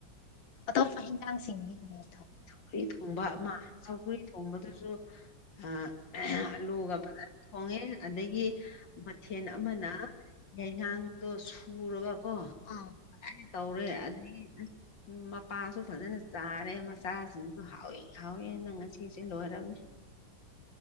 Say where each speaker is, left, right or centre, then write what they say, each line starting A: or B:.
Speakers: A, on the left; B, on the left.
A: ꯑ ꯐꯖꯥꯡꯁꯤꯡ ꯈ
B: ꯁꯧꯒꯔꯤ ꯊꯣꯡꯕ ꯑꯃ ꯁꯧꯒꯔꯤ ꯊꯣꯡꯕꯗꯨꯁꯨ ꯍꯥꯥ ꯂ ꯊꯥꯦ ꯑꯗꯒꯤ ꯃꯊꯦꯜ ꯑꯃꯅ ꯌꯥꯉꯥꯡꯗꯣ ꯁꯨꯔꯒꯀꯣ
A: ꯑꯥ
B: ꯐꯥꯏꯅ ꯇꯧꯔꯦ ꯑꯗꯒꯤ ꯑꯁ ꯎ ꯃꯄꯥꯁꯨ ꯐꯖꯅ ꯆꯥꯔꯦ ꯃꯆꯥꯁꯤꯡꯁꯨ ꯍꯥꯎꯋꯦ ꯍꯥꯎꯋꯦ ꯅꯪ ꯉꯁꯤꯁꯦ ꯂꯣꯏꯔꯕꯅꯦ